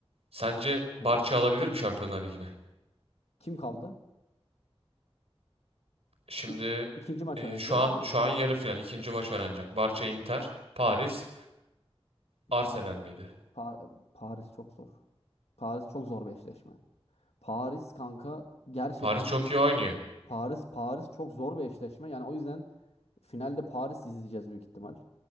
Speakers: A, on the right (about 70°); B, on the left (about 80°).
A: Sence
B: Konu.
A: Barça alabilir mi Şampiyonlar Ligi'ne?
B: Kim kaldı?
A: Şimdi
B: İ- İkinci maç
A: e,
B: oynanacak
A: şu an
B: değil mi?
A: şu an yarı final ikinci maç oynanacak. Barça Inter, Paris, Arsenal
B: Par
A: miydi?
B: Par- Paris çok zor. Paris çok zor bir eşleşme. Paris kanka gerçekten
A: Paris çok iyi oynuyor.
B: Paris Paris çok zor bir eşleşme. Yani o yüzden finalde Paris izleyeceğiz büyük ihtimal.